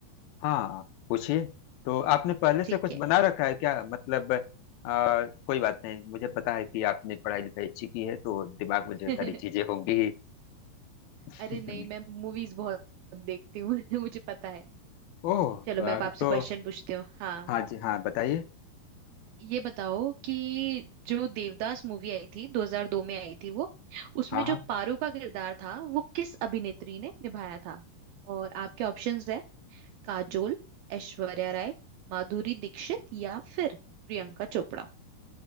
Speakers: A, on the left; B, on the right.
A: हाँ पूछिए तो आपने पहले से
B: ठीक
A: कुछ
B: है
A: बना रखा है क्या मतलब आ, कोई बात नहीं मुझे पता है कि आपने पढ़ाई लिखाई अच्छी की है तो दिमाग में
B: <laughs>
A: ढेर सारी चीजें होंगी ही <laughs>
B: अरे नहीं मैं मूवीज बहुत देखती हूँ <laughs> मुझे पता है
A: ओह
B: चलो
A: वाह,
B: मैं अब आपसे
A: तो
B: क्वेश्चन पूछती हूँ हाँ
A: हाँ जी हाँ बताइए
B: ये बताओ कि जो देवदास मूवी आई थी 2002 में आई थी वो उसमें
A: हाँ
B: जो
A: हाँ
B: पारो का किरदार था वो किस अभिनेत्री ने निभाया था और आपके ऑप्शंस है काजोल ऐश्वर्या राय माधुरी दीक्षित या फिर प्रियंका चोपड़ा